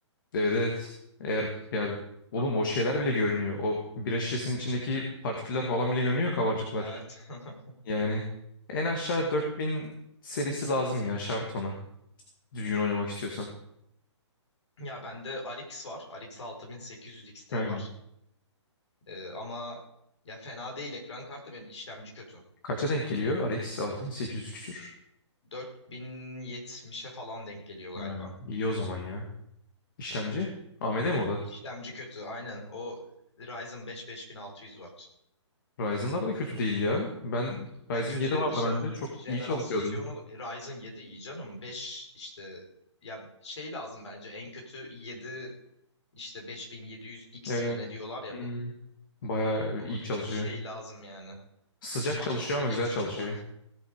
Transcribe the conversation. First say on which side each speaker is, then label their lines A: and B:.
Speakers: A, on the left; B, on the left.
A: Evet evet. Eğer ya oğlum o şeyler bile görünüyor. O bira şişesinin içindeki partiküller falan bile görünüyor kabarcıklar.
B: Evet. <laughs>
A: Yani en aşağı 4000 serisi lazım ya şart ona. Düzgün oynamak istiyorsan.
B: Ya bende RX var. RX 6800 XT
A: Hmm.
B: var. Ee, ama ya fena değil ekran kartı benim işlemci kötü.
A: Kaça denk geliyor? RX 6800 küsür.
B: 4070'e falan denk geliyor galiba.
A: Hmm. İyi o zaman ya. İşlemci? AMD mi o da?
B: İşlemci kötü aynen. O Ryzen 5 5600 var.
A: Ryzen'lar da kötü değil ya. Ben
B: Ya
A: Ryzen
B: kötü
A: 7
B: değil
A: vardı
B: de işte
A: bende. Çok
B: jenerasyonu
A: iyi çalışıyordu.
B: Ryzen 7 iyi canım. 5 işte ya şey lazım bence en kötü 7 işte 5700X
A: Evet.
B: mi ne diyorlar ya
A: Hmm.
B: bu.
A: Bayağı
B: O
A: iyi çalışıyor.
B: Öyle bir şey lazım yani.
A: Sıcak
B: Bakalım
A: çalışıyor
B: bir
A: ama
B: çıksın
A: güzel çalışıyor.
B: da.